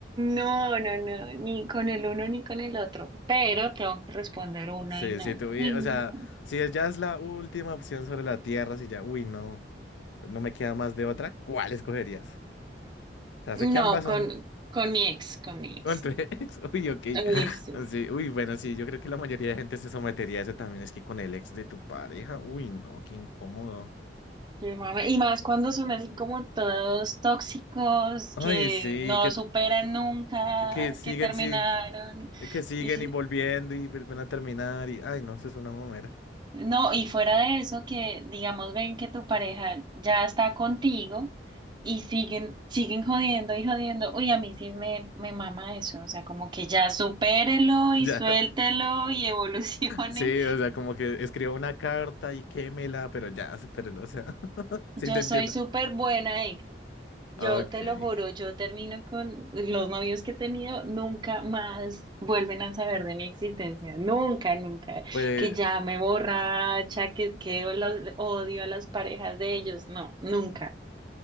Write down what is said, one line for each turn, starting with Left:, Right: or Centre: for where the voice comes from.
Right: No, no, no, ni con el uno ni con el otro. Pero tengo que responder una
Left: Sí,
Right: y no,
Left: sí, tuvi-
Right: y
Left: o
Right: no.
Left: sea, si es- ya es la última opción sobre la tierra, si ya, uy, no, no me queda más de otra, ¿cuál escogerías? O sea, sé que
Right: No,
Left: ambas
Right: con,
Left: son
Right: con mi ex, con mi ex.
Left: Con tu ex, <laughs> uy, ok. <laughs>
Right: Uy, sí.
Left: Sí, uy, bueno, sí, yo creo que la mayoría de gente se sometería a eso también, es que con el ex de tu pareja, uy, no, qué incómodo.
Right: Qué mame. Y más cuando son así como todos tóxicos,
Left: Ay,
Right: que
Left: sí,
Right: no
Left: que,
Right: superan nunca,
Left: que siguen,
Right: que terminaron.
Left: sí, que siguen
Right: y sí.
Left: y volviendo y vuelven a terminar y, ay, no, eso es una mamera. <laughs>
Right: No, y fuera de eso, que digamos, ven que tu pareja ya está contigo y siguen, siguen jodiendo y jodiendo. Uy, a mí sí me, me mama eso. O sea, como que ya supérelo y
Left: Ya,
Right: suéltelo y <laughs> evolucione.
Left: sí, o sea, como que escriba una carta y quémela, pero ya, supérelo, o sea, <laughs>
Right: Yo
Left: sí te entiendo.
Right: soy súper buena ex. Yo
Left: Ok,
Right: te lo juro, yo termino con los novios que he tenido, nunca más vuelven a saber de mi existencia. Nunca, nunca.
Left: pues
Right: Que ya me borracha, que es que los- odio a las parejas de ellos. No, nunca.